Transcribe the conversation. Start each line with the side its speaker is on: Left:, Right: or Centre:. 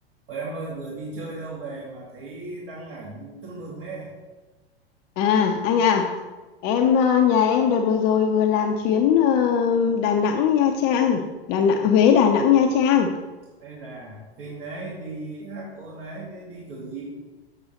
Right: Ôi em ơi vừa đi chơi đâu về mà thấy đăng ảnh tưng bừng đấy
Left: À anh à, em ờ, nhà em đợt vừa rồi vừa làm chuyến ờ, Đà Nẵng Nha Trang, Đà Nẵng Huế Đà Nẵng Nha Trang.
Right: Hay là kinh đấy đi ác ôn đấy thế đi kiểu gì